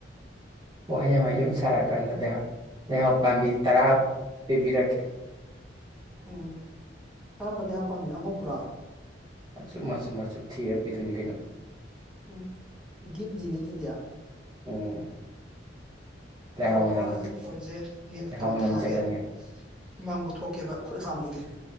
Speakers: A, on the right (about 25°); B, in the centre.
A: ꯋꯥꯍꯩ ꯌꯥꯝ ꯌꯨꯝ ꯁꯥꯔꯀꯥꯟꯗ ꯂꯩꯍꯥꯎ ꯄꯥꯝꯕꯤ ꯇꯔꯥ ꯑꯦꯕꯤꯔꯀꯦ
B: ꯎꯝ ꯀꯔꯝꯕ ꯂꯩꯍꯥꯎ ꯄꯥꯝꯕꯤꯅꯣ ꯑꯉꯧꯕꯔꯥ
A: ꯃꯆꯨ ꯃꯆꯨ ꯃꯆꯨ ꯊꯤꯔ ꯄꯤꯗꯣꯏꯅꯤ ꯀꯩꯅꯣ
B: ꯎꯝ ꯒꯤꯞꯅꯤꯅꯦ ꯑꯗꯨꯗꯤ
A: ꯎꯝ ꯂꯩꯍꯥꯎ
B: ꯉꯥꯏꯈꯣꯀꯣ
A: ꯃꯅꯝꯅ
B: ꯑꯩ ꯐꯣꯟꯁꯦ ꯅꯦꯠ
A: ꯂꯩꯍꯥꯎ
B: ꯀꯩꯅꯣ
A: ꯃꯅꯝ
B: ꯊꯥꯒꯦ
A: ꯆꯦꯜꯍꯟꯒꯦ
B: ꯁꯨꯃꯥꯡ ꯄꯨꯊꯣꯛꯀꯦꯕ ꯈꯨꯠ ꯍꯥꯝꯕꯒꯤ